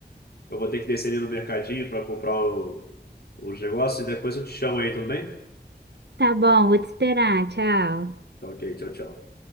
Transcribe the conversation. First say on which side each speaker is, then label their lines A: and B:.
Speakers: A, on the left; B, on the right.
A: eu vou ter que descer ali no mercadinho para comprar o- os negócios e depois eu te chamo aí, tudo bem?
B: Tá bom, vou te esperar. Tchau.
A: Tá ok, tchau, tchau.